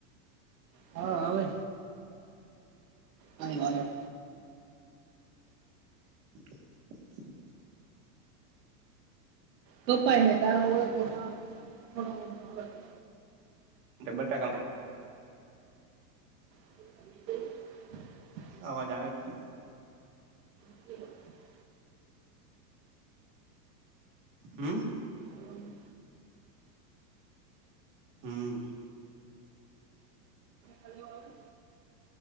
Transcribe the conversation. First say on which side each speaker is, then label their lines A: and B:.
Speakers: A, on the right (about 80°); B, on the right (about 25°).
A: હા, આવે. આયો, આયો.
B: <inaudible>
A: કપાય ને તારો અવાઝ આવે હે <unintelligible>
B: ડબલ ટકામે
A: <inaudible>
B: અવાજ આવે છે?
A: <inaudible>
B: હમ્મ
A: હેલો
B: હમ્મ
A: હલો આવે